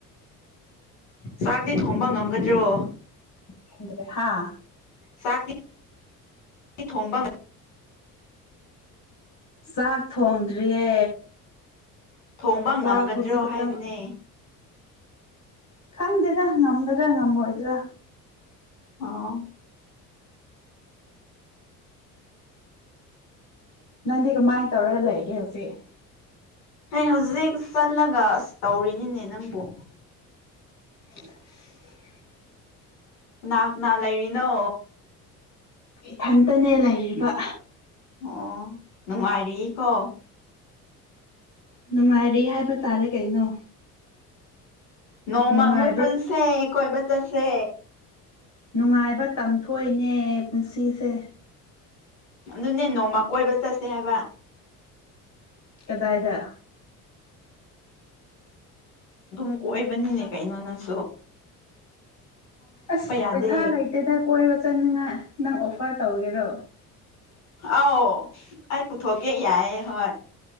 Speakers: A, on the left (about 65°); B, on the left (about 40°).
A: ꯆꯥꯛꯇꯤ ꯊꯣꯡꯕ ꯉꯝ ꯗ꯭ꯔꯣ
B: ꯈꯪꯗ꯭ꯔꯦ ꯍꯥ
A: ꯁꯥꯀꯤ <inaudible> ꯑꯩ ꯊꯣꯡꯕ ꯉ
B: ꯆꯥꯛ ꯊꯣꯡꯗ꯭ꯔꯤꯌꯦ
A: ꯊꯣꯡꯕ ꯉꯝꯒꯗ꯭ꯔꯣ
B: ꯆꯥꯛ ꯍꯧꯖꯤꯛ ꯈꯛꯇꯪ
A: ꯍꯥꯏꯕꯅꯦ
B: ꯈꯪꯗꯦꯗ ꯉꯝꯒꯗ꯭ꯔꯥ ꯉꯝꯃꯣꯏꯗ꯭ꯔꯥ
A: ꯑꯣꯥ
B: ꯅꯪꯗꯤ ꯀꯃꯥꯏꯅ ꯇꯧꯔꯒ ꯂꯩꯒꯦ ꯍꯧꯖꯤꯛ
A: ꯍ ꯍꯧꯖꯤꯛ ꯆꯠꯂꯒ ꯑꯁ ꯇꯧꯔꯤꯅꯤꯅꯦ ꯅꯪꯕꯨ
B: ꯑꯣ
A: ꯅꯥꯛꯅꯥ ꯂꯩꯔꯤꯅꯣ
B: ꯏꯊꯟꯇꯅꯦ ꯂꯩꯔꯤꯕ
A: ꯑꯣ ꯅꯨꯡꯉꯥꯏꯔꯤꯀꯣ
B: ꯅꯨꯡꯉꯥꯏꯔꯤ ꯍꯥꯏꯕ ꯇꯥꯔꯦ ꯀꯩꯅꯣ
A: ꯅꯣꯡꯃ
B: ꯅꯨꯡꯉꯥꯏꯕ꯭ꯔꯥ
A: ꯑꯃꯨꯛ ꯄꯨꯟꯁꯦ ꯀꯣꯏꯕ ꯆꯠꯁꯦ
B: ꯅꯨꯡꯉꯥꯏꯕ ꯇꯝꯊꯣꯛꯏꯅꯦ ꯄꯨꯟꯁꯤꯁꯦ
A: ꯑꯗꯨꯅꯦ ꯅꯣꯡꯃ ꯀꯣꯏꯕ ꯆꯠꯁꯦ ꯍꯥꯏꯕ
B: ꯀꯗꯥꯏꯗ
A: ꯑꯗꯨꯝ ꯀꯣꯏꯕꯅꯤꯅꯦ ꯀꯩꯅꯣꯅꯁꯨ
B: ꯑꯁ
A: ꯌꯥꯗꯦ
B: ꯄꯩꯁꯥ ꯂꯩꯇꯦꯗ ꯀꯣꯏꯕ ꯆꯠꯅꯤꯡꯉꯥꯏ ꯅꯪ ꯑꯣꯐꯔ ꯇꯧꯒꯦꯔꯣ
A: ꯑꯥꯎ ꯑꯩ ꯄꯨꯊꯣ ꯀꯦ ꯌꯥꯏ ꯍꯣꯏ